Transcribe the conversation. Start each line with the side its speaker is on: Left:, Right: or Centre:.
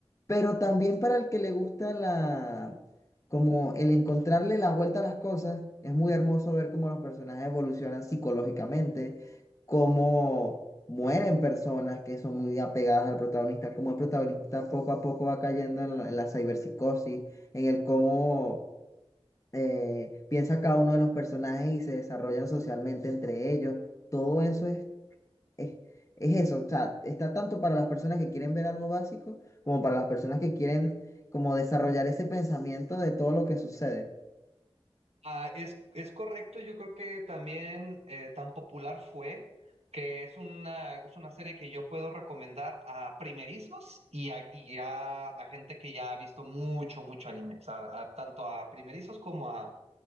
Left: Pero también para el que le gusta la, como el encontrarle la vuelta a las cosas, es muy hermoso ver cómo los personajes evolucionan psicológicamente, cómo mueren personas que son muy apegadas al protagonista, cómo el protagonista poco a poco va cayendo en, la en la ciberpsicosis, en el cómo eh, piensa cada uno de los personajes y se desarrollan socialmente entre ellos. Todo eso es, es eso, o sea, está tanto para las personas que quieren ver algo básico como para las personas que quieren como desarrollar ese pensamiento de todo lo que sucede.
Right: Ah, es, es correcto, yo creo que también eh, tan popular fue que es una, es una serie que yo puedo recomendar a primerizos y a, y a, a gente que ya ha visto mucho, mucho anime, o sea, a- tanto a primerizos como a,